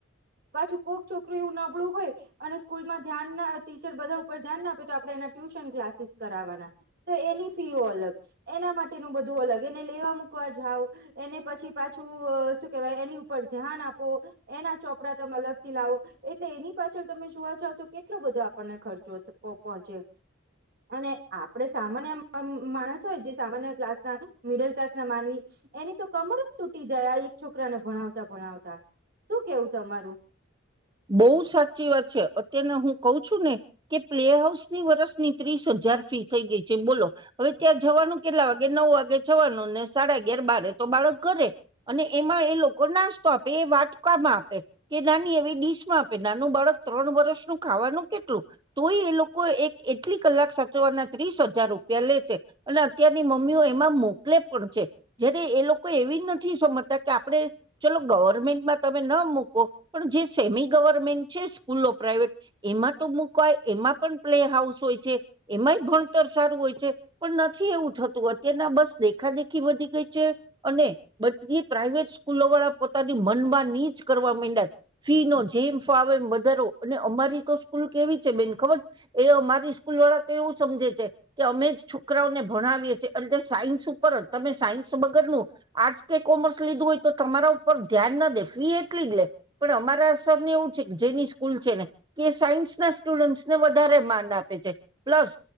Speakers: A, on the right; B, on the right.
A: પાછી કોક છોકરું એવું નબળું હોય અને સ્કૂલ માં ધ્યાન ના ટીચર બધા ઉપર ધ્યાન ના આપે તો આપડે એના ટ્યુશન ક્લાસીસ કરવાના તો એની ફી ઓ અલગ એના માટેનું બધું અલગ એને લેવા મૂકવા જાવ એને પછી પાછું અહ શું કેવાય એની ઉપર ધ્યાન આપ તો એના ચોપડા તમે અલગ થી લાવો એટલે એની પાછળ તમે જોવા જાવ તો કેટલો બધો આપણને ખર જોએ તો પો પહોંચે અને આપણે સામાન્ય મ માણસ હોય જે સામાન્ય ક્લાસ ના મિડલ ક્લાસના માનવી એની તો કમર જ તૂટી જાય આ એક છોકરાને ભણાવતા ભણાવતા શું કેવું તમારું?
B: બઉ સાચી વાત છે અત્યારના હું કઉ છું ને કે પ્લે હાઉસની વરસની ત્રીસ અ જાર ફી થઈ ગઈ છે બોલો હવે ત્યાં જવાનું કેટલા વાગે નવ વાગે જવાનું ને સાડા અગયાર બારે તો બાળક ઘરે અને એમાં એ લોકો નાસ્તો આપે એ વાટકામાં આપે કે નાની એવી ડી સમાં આપે નાનું બાળક ત્રણ વરસનું ખાવાનું કેટલું? તોય એ લોકો એક એટલી કલાક સાચ ચવાના ત્રીસ હજાર રૂપિયા લે છે અને અત્યારની મમ્મીઓ એમાં મોકલે પણ છે, જ્યારે એ લો કો એવી જ નથી સમજતા કે આપણે ચલો ગવર્મેન્ટમાં તમે ન મૂકો પણ જે સેમી ગવર્મેન્ટ છે સ્કૂલો પ્રાાઈવેટ એમાં તો મૂકાય, એમાં પન પ્લે હાઉસ હોય છે. એમાંય ભણતર સારું હોય છે, પણ નથી એવું થતું અત્યારના બસ દેખા દેખી વધી ગઈ છે. અને બધી પ્રાાઈવેટ સ્કૂલોવાળા પોતાની મનમાની જ કરવા માંયડા- ફી નો જેમ ફાવે એમ વધારો અને અમારી તો સ્કૂલ કેવી છે બેન ખબર એ અમારી સ્કૂલ વાળા તો એવું સમજે છે કે અમે જ છોકરાઓને ભણાવીએ છે. અને તે સાયન્સ ઉપર જ તમે સાયન્સ વગરનું આર્ટસ કે કોમર્સ લીધું હોય તો તમારા ઉપર ધ્યાન ન દે, ફી એટલી જ લે. પણ અમારા સરને એવું છે જેની સ્કૂલ છે ને કે સાયન્સ ના સ્ટુડન્ટસને વધારે માન આપે છે પ્લસ